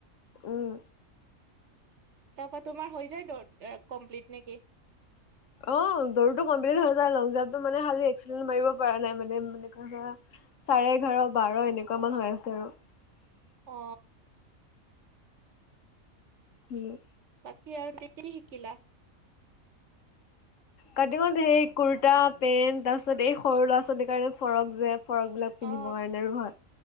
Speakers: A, on the left; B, on the right.
A: ওম
B: তাৰপা তোমাৰ হৈ যায় ন কমপ্লিট নেকি?
A: অ দৌৰটো কমপ্লিট হৈ যায় লং জাম্পটো মানে খালি এক্সিডেণ্ট মাৰিব পৰা নাই মানে এনেকুৱা চাৰে এঘাৰ বাৰ এনেকুৱা মান হৈ আছে আৰু। <unintelligible>
B: অ
A: উম
B: বাকি আৰু কি কি শিকিলা?
A: কাটিঙত সেই কুুৰ্তা পেন্ট তাৰ পিছত এই সৰু ল'ৰা ছোৱালীৰ কাৰণে ফৰক যে ফৰক বিলাক পিন্ধিবৰ
B: অ
A: কাৰণে আৰু হয়